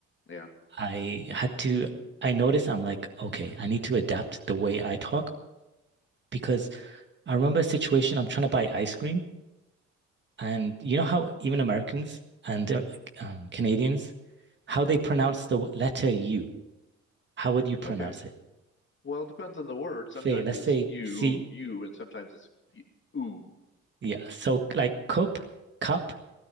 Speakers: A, on the left; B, on the right.
A: Yeah.
B: I had to, I noticed I'm like, okay, I need to adapt the way I talk because I remember a situation I'm trying to buy ice cream. And you know how even Americans and uh, um, Canadians, how they pronounce the letter U, how would you pronounce
A: Okay.
B: it?
A: Well, it depends on the word. Sometimes
B: Say, let's
A: it's
B: say
A: you,
B: C,
A: you, and sometimes it's y- ooh.
B: Yeah. So like cup, cup.